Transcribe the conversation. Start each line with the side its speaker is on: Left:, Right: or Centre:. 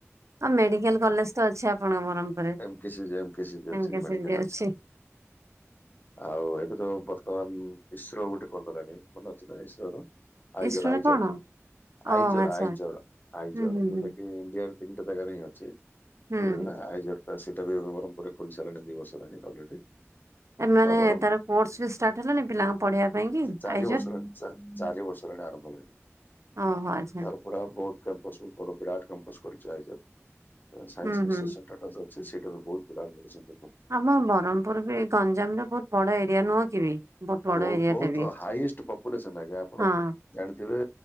Right: ଆ ମେଡିକାଲ କଲେଜ ତ ଅଛି ଆପଣଙ୍କ ବ୍ରହ୍ମପୁରୁ ରେ
Left: M K C M K C ଅଛି ମେଡିକାଲ
Right: <unintelligible> ଅଛି <inaudible>
Left: ଆଉ ଏବେ ତ ବର୍ତ୍ତମାନ ଇସ୍ରୋ ଗୋଟେ କରିଦେଲାଣି ମନେ ଅଛି ନା ଇସ୍ରୋ ର ଆଇଜର
Right: ଇସ୍ରୋ
Left: ଆଇଜର
Right: ର କଣ?
Left: ଆଇଜର
Right: ଓ ଆଚ୍ଛା
Left: ଆଇଜର ଆଇଜର
Right: ହୁଁ ହୁଁ
Left: ଯୋଉଟା
Right: ହୁଁ
Left: କି ଇଣ୍ଡିଆ ତିନିଟା ଜାଗାରେ ହିଁ ଅଛି।
Right: ହୁଁ।
Left: ବୁଝିଲୁ ନା ଆଇଜର ଟା ସେଟାବି ବ୍ରହ୍ମପୁରରେ ଖୋଲିସାରିଲାଣି ଦିଇ ବର୍ଷ ହେଲାଣି ଅଲରେଡି।
Right: ଏମାନେ
Left: ଆଉ ବ୍ରହ୍ମ
Right: ତାର କୋର୍ସ ବି ଷ୍ଟାର୍ଟ ହେଲାଣିି ପିଲାଙ୍କ ପଢେଇବା ପାଇଁ କି
Left: ଚାରି
Right: ଆ
Left: ବର୍ଷ ହେଲାଣି ଚା ଚାରି ବର୍ଷ ହେଲାଣି ଆରମ୍ଭ ହେଲାଣି।
Right: ଆଁ ହଁ ଆଜ
Left: ତାର ପୁରା ବହୁତ କ୍ୟାମ୍ପସ ସବୁ ବଡ଼ ବିରାଟ କ୍ୟାମ୍ପସ କରିକି ଛିଡା ହୋଇଛନ୍ତି ସାଇନ୍ସ
Right: ହୁଁ
Left: ଡିସ୍କସନ
Right: ହୁଁ
Left: ଟାଟା ଅଛି ସେଇଟା ବି ବହୁତ ବି <unintelligible>
Right: ଆମ ବ୍ରହ୍ମପୁର ବି ଗଞ୍ଜାମରେ ବହୁତ ବଡ ଏରିଆ ନୁହଁ କି ବି ବଡ
Left: ବହୁତ
Right: ଏରିଆ
Left: ବହୁତ
Right: ଟା ବି
Left: ହାଇଏଷ୍ଟ ପପୁଲେସନ ଆଜ୍ଞା ଆପଣ
Right: ହଁ
Left: ଜାଣିଥିବେ